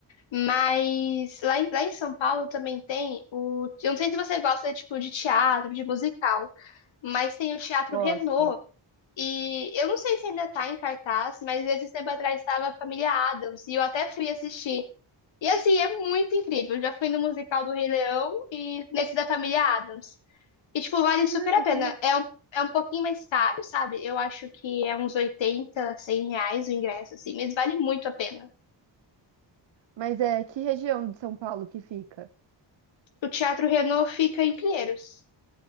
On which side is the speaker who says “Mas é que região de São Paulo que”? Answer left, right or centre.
Right